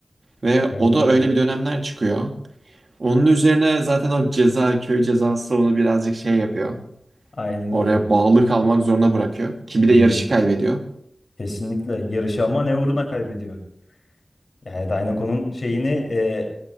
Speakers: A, on the right (about 70°); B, on the left (about 65°).
A: Ve
B: Aynen
A: o da
B: öyle.
A: öyle bir dönemden çıkıyor. Onun üzerine zaten o ceza, köy cezası onu birazcık şey yapıyor.
B: Aynen öyle.
A: Oraya bağlı kalmak zorunda bırakıyor. Ki bir
B: Hı
A: de
B: hı.
A: yarışı kaybediyor.
B: Kesinlikle yarışı ama ne uğruna kaybediyor. Yani Dynaco'nun şeyini e,